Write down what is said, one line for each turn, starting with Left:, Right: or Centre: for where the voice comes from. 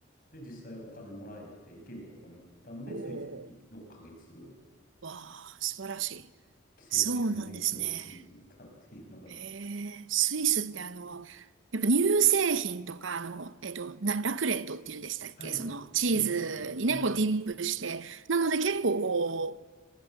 Left: で、実際お金もらえて行けることになったんで、
Right: お
Left: スイスに6ヶ月
Right: ー。わあ、素晴らしい。
Left: ですね、寄生虫の勉強をしに行ったっていうのが。
Right: そうなんですね。へえ、スイスってあの、やっぱ乳製品とか、あの、えっと、な、ラクレットっていうんでしたっけその、
Left: はい。
Right: チーズにね、
Left: え、数学で。はい。
Right: こうディップして。なので結構こう、